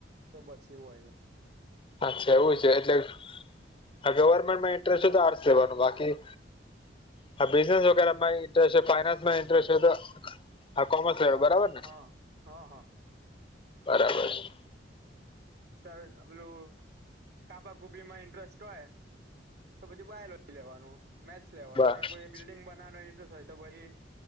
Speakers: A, on the right; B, on the left.
A: તો બસ એવું હોય છે.
B: અચ્છા એવું છે એટલે ગવર્મેન્ટમાં ઇન્ટરેસ્ટ હો તો આર્ટસ લેવાનું બાકી. હા. બિઝનેસ વગેરે માં ઇન્ટરેસ્ટ છે. ફાઈનાન્સ માં ઇન્ટરેસ્ટ તો, હા કોમર્સ લેવાનું
A: કોમ
B: બરાબર ને.
A: હા હા હા
B: બરાબર
A: અને
B: છે
A: સર પેલું. કાપાકુપીમાં ઇન્ટરેસ્ટ હોય તો પછી બાયોલોજી લેવાનું મેથસ લેવાનું
B: બ
A: અને કોઈ. બિલ્ડિંગ બનાવવાનો ઇન્ટરેસ્ટ હોય. તો પછી